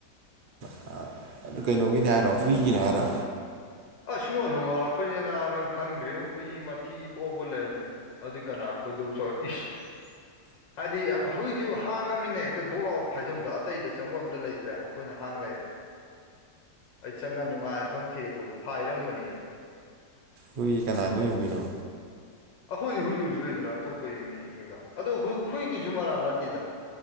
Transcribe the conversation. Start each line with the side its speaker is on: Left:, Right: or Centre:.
Right: <inaudible> ꯑꯗꯨ ꯀꯩꯅꯣꯒꯤꯅꯤ ꯍꯥꯏꯔꯣ ꯍꯨꯏꯒꯤꯅꯤ ꯍꯥꯏꯔꯣ
Left: ꯑ ꯁꯨꯡꯉ ꯅꯣꯡꯉꯥꯜꯂꯛꯄꯁꯤꯅ ꯅꯕ ꯅꯪ ꯈꯪꯗ꯭ꯔꯤ ꯍꯨꯏ ꯃꯊꯤ ꯄꯣꯛꯕ ꯂꯩꯔꯝꯃꯦ ꯑꯗꯨ ꯀꯅꯥ ꯈꯣꯏꯗꯧ ꯁꯥꯎꯔꯣꯏ ꯏꯁ ꯍꯥꯏꯗꯤ ꯍꯧꯖꯤꯛꯖꯨ ꯍꯥꯡꯉꯝꯃꯤꯅꯦ ꯍꯦꯛꯇꯥ ꯕꯣꯛꯂꯥꯎ ꯐꯥꯏꯖꯝꯗꯣ ꯑꯇꯩꯗ ꯆꯪꯕ ꯑꯝꯇꯥ ꯂꯩꯇ꯭ꯔꯦ ꯑꯩꯈꯣꯏꯅ ꯍꯥꯡ ꯂꯩꯔꯦ ꯑꯩ ꯆꯪꯉ ꯅꯨꯡꯉꯥꯏ ꯃꯐꯝ ꯊꯤꯔꯛꯄꯗꯣ ꯐꯥꯏꯔꯝꯕꯅꯦꯃꯦ
Right: ꯍꯨꯏ ꯀꯅꯥꯏ ꯅꯣꯏ ꯍꯨꯏꯔꯣ
Left: ꯑꯩꯈꯣꯏ ꯍꯨꯏ ꯂꯨꯏꯖꯨ ꯂꯣꯏꯗꯅ ꯑꯇꯣꯞꯄꯒꯤ ꯃꯤ <unintelligible> ꯑꯗꯣ ꯍꯨꯏꯒꯤꯖꯨ ꯃꯔꯥꯟ ꯅꯠꯇꯦꯗ